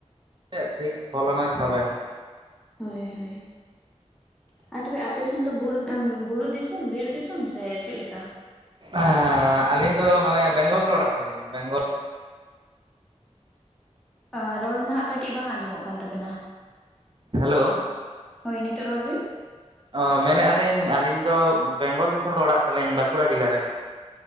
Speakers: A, on the right; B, in the centre.
A: <unintelligible> ᱴᱷᱤᱠ ᱯᱷᱚᱞᱱᱟᱭ <unintelligible>
B: ᱦᱳᱭ ᱦᱳᱭ ᱟᱨ ᱛᱚᱵᱮ ᱟᱯᱮ ᱥᱮᱱ ᱫᱚ <unintelligible> ᱵᱩᱨᱩ ᱫᱤᱥᱚᱢ ᱵᱤᱨ ᱫᱤᱥᱚᱢ ᱥᱮ ᱪᱮᱫ ᱞᱮᱠᱟ?
A: ᱮᱸᱻ ᱟᱹᱞᱤᱧ ᱫᱚ ᱢᱟᱱᱮ ᱵᱮᱝᱜᱚᱞ ᱨᱮ ᱚᱲᱟᱜ ᱛᱟᱹᱞᱤᱧ ᱵᱮᱝᱜᱚᱞᱼᱼ
B: ᱟᱸ ᱨᱚᱲ ᱱᱟᱦᱟᱜ ᱠᱟᱹᱴᱤᱡ ᱵᱟᱝ ᱟᱸᱡᱚᱢᱚᱜ ᱠᱟᱱ ᱛᱟᱵᱮᱱᱟ?
A: ᱦᱮᱞᱳ
B: ᱦᱳᱭ ᱱᱤᱛᱚᱜ ᱨᱚᱲ ᱵᱤᱱ᱾
A: ᱚ ᱢᱮᱱᱮᱫ ᱟᱹᱞᱤᱧ ᱟᱹᱞᱤᱧ ᱫᱚ ᱵᱮᱝᱜᱚᱞ ᱫᱤᱥᱚᱢ ᱨᱮ ᱚᱲᱟᱜ ᱛᱟᱹᱞᱤᱧ ᱵᱟᱸᱠᱩᱲᱟ ᱡᱮᱞᱟ ᱨᱮ᱾